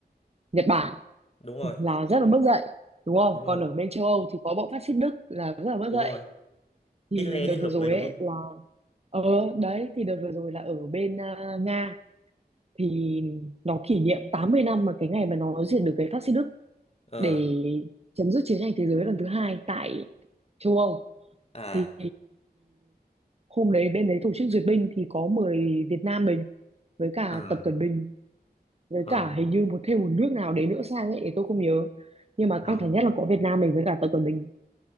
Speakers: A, on the right; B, on the left.
A: Nhật Bản
B: Đúng rồi,
A: là rất là mất dạy đúng không?
B: đúng rồi,
A: Còn ở bên châu Âu thì có bọn phát xít Đức là rất là mất
B: đúng
A: dạy.
B: rồi.
A: Thì
B: Hết le
A: đợt
B: hết lủng
A: vừa rồi
B: đấy đúng
A: ấy
B: không?
A: là ờ đấy thì đợt vừa rồi là ở bên ờ, Nga thì nó kỷ niệm 80 năm mà cái ngày mà nó diệt được cái phát xít Đức
B: Ờ,
A: để chấm dứt chiến tranh thế giới lần thứ hai tại châu Âu
B: à,
A: thì hôm đấy bên đấy tổ chức duyệt binh thì có mời Việt Nam mình với cả
B: à,
A: Tập Cận Bình với
B: ờ,
A: cả hình như một thêm một nước nào đấy nữa sang ấy thì tôi không nhớ nhưng mà
B: ờ,
A: căng thẳng nhất là có Việt Nam mình với cả Tập Cận Bình